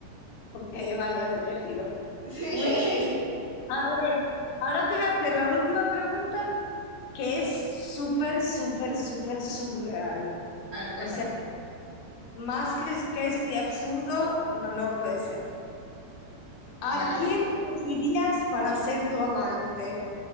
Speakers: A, on the left; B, on the right.
A: Ok, vale, has elegido.
B: Sí.
A: Muy bien. A ver, ahora te voy a hacer la última pregunta que es súper, súper, súper subreal.
B: A ver, cuéntame.
A: O sea, Más que, que este absurdo, no, no puede ser. ¿A
B: Vale.
A: quién elegirías para ser tu amante?